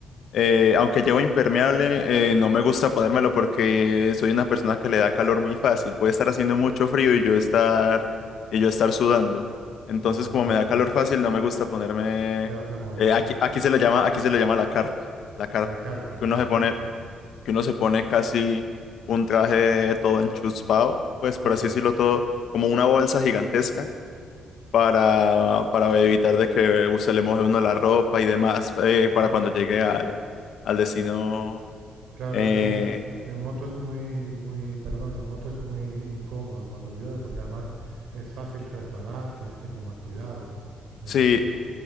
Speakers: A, on the left; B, on the right.
A: Eh, aunque llevo impermeable, eh, no me gusta ponérmelo porque soy una persona que le da calor muy fácil. Puede estar haciendo mucho frío y yo estar, y yo estar sudando. Entonces,
B: Ah,
A: como
B: claro.
A: me da calor fácil, no me gusta ponerme.
B: Claro, te molesta.
A: eh, aquí, aquí se le llama, aquí se le llama la carpa, la carpa,
B: La carpa, ajá.
A: que uno se pone, que uno se pone casi un traje todo enchuspado, pues
B: Sí,
A: por así decirlo todo, como una bolsa gigantesca para, para evitar de que se le moje uno la ropa y demás, eh, para
B: sí.
A: cuando llegue al, al destino.
B: Claro,
A: Eh,
B: es que en, en moto es muy, muy, perdón, en moto es muy incómodo cuando llueve, porque además es fácil resbalar, tienes que ir con más cuidado. Es-
A: sí,